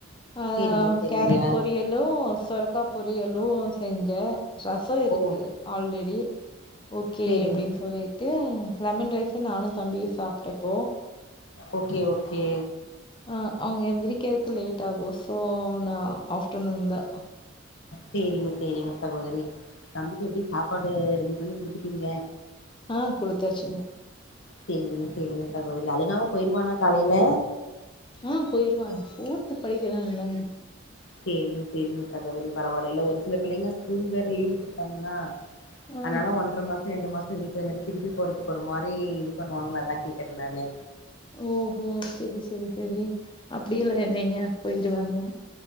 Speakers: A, on the left; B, on the left.
A: அ
B: சேரிங்க சேரிங்க
A: கேரட் பொரியல் யலு சொரக்கா பொரியலு செஞ்சே ரசோ இருக்கு
B: ஓ
A: ஆல்ரெடி ஓகே
B: சேரிங்க
A: அப்டின் சொல்லிட்டு லெமன் ரைஸ் நானு தம்பியு சாப்டுப்போ
B: ஓகே ஓகே
A: அ அவங்க எந்திரிக்கரக்கு லேட் ஆகு சோ நா ஆஃப்டர்நூன் தா
B: செரிங்க செரிங்க சகோதரி தம்பிக்கு எப்டியு சாப்பாடு ரெடி பண்ணி குடுத்துட்டீங்க
A: ஆ குடுத்தாச்சுங்க
B: செரிங்க செரிங்க சகோதரி. அழுகாம போயிருவானா காலைல
A: ஆ போயிருவாங்க ஃபோர்து படிக்கரா இல்லங்க
B: செரிங்க செரிங்க சகோதரி பரவால இல்ல ஒரு சில பிள்ளைங்க ஸ்கூல் வேற லீவ் விட்டு இருக்காங்கனா
A: ஆ
B: அனால ஒன்ற மாஸ் ரெண்டு மாசோ வீட்ல இருந்துட்டு திருப்பி போறதுக்கு ஒரு மாரி இது பண்ணுவாங்களா அதா கேக்குறே நானு
A: ஓஹோ சரி சரி சரி அப்டி எல்லா இல்லைங்க போயிருவானுங்க